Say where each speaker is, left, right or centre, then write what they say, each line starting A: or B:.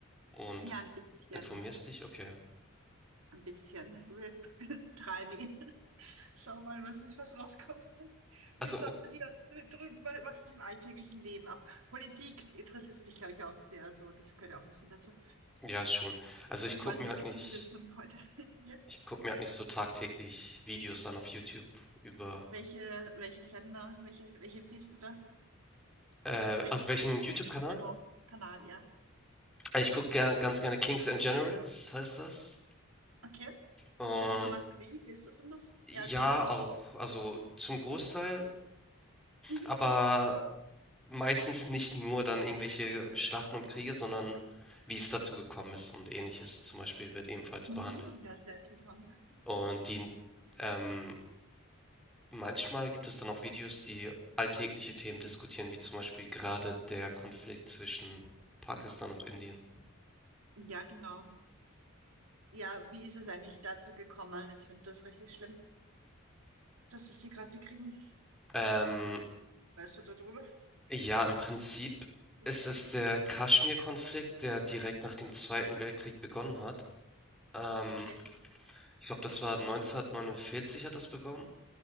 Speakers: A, in the centre; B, on the right.
A: und
B: Ja, ein bisschen.
A: informierst dich? Okay.
B: Ein bisschen. Wir- <laughs> Try me. Schau mal, was, was rauskommt. Wie
A: Also
B: schaut's
A: ok-
B: mit dir aus? Du, du machst es im alltäglichen Leben. Auch Politik interessierst du dich, glaube ich, auch sehr. So, das gehört ja auch ein bisschen dazu.
A: ja, schon. Also
B: Das ist
A: ich
B: so
A: gucke
B: quasi
A: mir
B: die
A: halt
B: Geschichte
A: nicht,
B: von heute. <laughs> Ja.
A: ich gucke mir halt nicht so tagtäglich Videos an auf YouTube über.
B: Welche, welche Sender, welche, welche empfiehlst du da?
A: Äh,
B: Welchen
A: also welchen YouTube-Kanal?
B: Channel? Kanal, ja.
A: Ich gucke ganz gerne Kings and Generals, heißt das.
B: Okay.
A: Und
B: Das klingt so nach Krieg. Ist das und das? Ja,
A: ja,
B: Generation.
A: auch. Also zum Großteil.
B: Mhm.
A: Aber Meistens nicht nur dann irgendwelche Schlachten und Kriege, sondern wie es dazu gekommen ist und Ähnliches zum Beispiel wird ebenfalls
B: Mhm.
A: behandelt.
B: Ja, sehr interessant.
A: Und die, ähm, manchmal gibt es dann auch Videos, die alltägliche Themen diskutieren, wie zum Beispiel gerade der Konflikt zwischen Pakistan und Indien.
B: Ja, genau. Ja, wie ist es eigentlich dazu gekommen? Ich finde das richtig schlimm. dass ich die gerade bekriegen.
A: Ähm,
B: Weißt du darüber?
A: ja, im Prinzip
B: Nicht
A: ist
B: viel.
A: es der Kaschmir-Konflikt, der direkt nach dem Zweiten Weltkrieg begonnen hat. Ähm,
B: Okay.
A: ich glaube, das war 1949 hat das begonnen.